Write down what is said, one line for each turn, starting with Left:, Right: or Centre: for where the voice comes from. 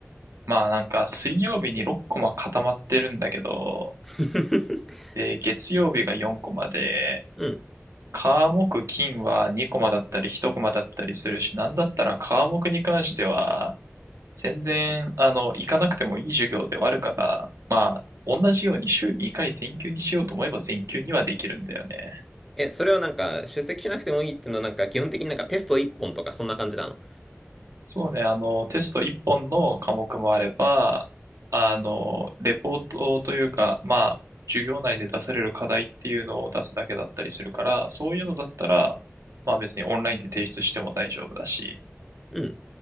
Right: まあなんか水曜日に6コマ固まってるんだけど、
Centre: <laughs>
Right: で、月曜日が4コマで、
Centre: うん。
Right: 科目金は2コマだったり1コマだったりするし、なんだったら科目に関しては、全然、あの、行かなくてもいい授業ではあるから、まあ、同じように週2回全休にしようと思えば全休にはできるんだよね。
Centre: え、それをなんか、出席しなくてもいいっていうのはなんか、基本的になんかテスト1本とかそんな感じなの。
Right: そうね、あの、テスト1本の科目もあれば、あの、レポートというか、まあ、授業内で出される課題っていうのを出すだけだったりするから、そういうのだったら、まあ別にオンラインで提出しても大丈夫だし、
Centre: うん。